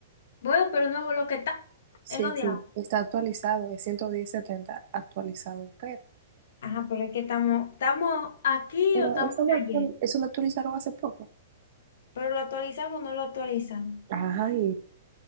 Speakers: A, on the left; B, on the right.
A: Bueno, pero no lo que está,
B: Sí,
A: es lo
B: sí,
A: de ahora.
B: está actualizado, es 110-70 actualizado, pero,
A: Ajá, pero es que estamos, ¿estamos aquí
B: pero
A: o estamos
B: eso
A: en
B: lo, actual-
A: ayer?
B: eso lo actualizaron hace poco.
A: ¿Pero lo actualizan o no lo actualizan?
B: Ay,